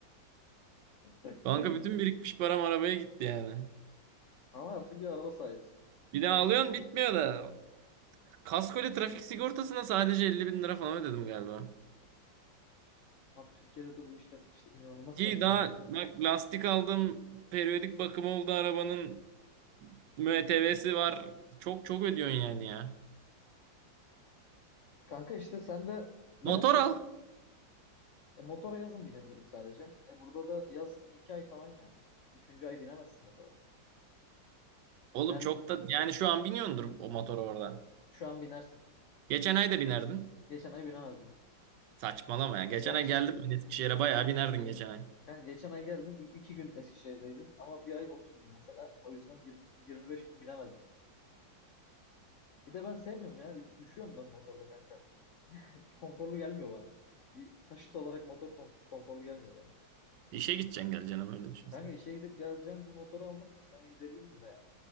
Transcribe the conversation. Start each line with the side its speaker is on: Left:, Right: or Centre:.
Left: <laughs>
Right: <laughs> Kanka bütün birikmiş param arabaya gitti yani.
Left: Ama artık bir araba sahibisin.
Right: Bir
Left: Sen
Right: de alıyorsun bitmiyor da. Kaskoyla trafik sigortasına sadece 50 bin lira falan ödedim galiba.
Left: abi Türkiye'de de bu işler işte inanılmaz
Right: Ki
Left: saçma
Right: daha
Left: ya.
Right: bak lastik aldım. Periyodik bakımı oldu arabanın. MTV'si var. Çok çok ödüyorsun yani ya.
Left: Kanka işte sen de ben
Right: Motor
Left: hep şey
Right: al.
Left: e, motora yazın binebilirim sadece. E, burada da yaz iki ay falan yani. Üçüncü ay binemezsin motora.
Right: Oğlum
Left: Yani
Right: çok da yani şu an biniyordur o motor orada.
Left: şu an binersin.
Right: Geçen ay da binerdin.
Left: Geçen ay binemezdin.
Right: Saçmalama ya. Geçen
Left: Gerçi
Right: ay geldim ben Eskişehir'e bayağı binerdin geçen ay.
Left: Kanka geçen ay geldin. i- iki gün Eskişehir'deydin. Ama bir ay 30 gün mesela. O yüzden yirmi yirmi beş gün binemezdim. Bir de ben sevmiyorum ya. ü- Üşüyorum ben motorda kanka. <laughs> Hiç konforlu gelmiyor bana. Bir taşıt olarak motor kon- konforlu gelmiyor bana.
Right: İşe gideceksin geleceksin ama öyle düşün
Left: Kanka
Right: sen.
Left: işe gidip geleceğin bir motor almak da şu an 150 bin lira yani.